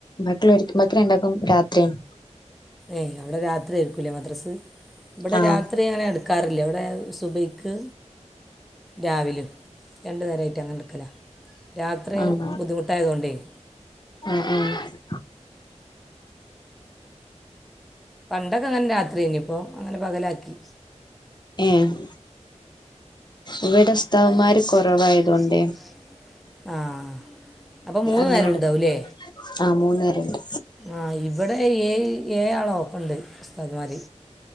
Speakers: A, on the left (about 35°); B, in the centre.
A: ബാക്കി ഒള്ളോര്ക്കും ഇബൽക്ക് രണ്ടാക്കും രാത്രിയാണ്
B: ഏയ് അവിടെ രാത്രി ആയിരിക്കൂല്ലേ മദ്രസ് ഇവിടെ
A: ആഹ്
B: രാത്രി അങ്ങനെ എടു ക്കാറില്ല ഇവിടെ സുബയ്ക്ക് രാവിലിം രണ്ട് നേരയിട്ട് അങ്ങനെ എടുക്കല രാത്രി
A: ആഹ്
B: ബുദ്ധിമുട്ടായതോണ്ടേയ്
A: ആഹ് ആഹ്
B: പണ്ടൊക്കെ അങ്ങനെ രാത്രിയ്നി ഇപ്പോ അങ്ങനെ പകലാക്കി
A: ഏഹ് ഇവിടെ ഉസ്താദ്മാര്
B: ഇവിടെ
A: കൊറവായതോണ്ടേ
B: ഉസ്താദുമാർ കുറവായതുകൊണ്ട് ആഹ് അപ്പൊ മൂന്നു
A: അങ്ങനെ
B: നേരം
A: എടു
B: ഉണ്ടാവൂല്ലേ
A: ആഹ് മൂന്ന് നേരണ്ട്
B: ആ ഇവിടെ ഏഴ് ഏഴാളൊക്കെണ്ട് ഉസ്താദ്മാര്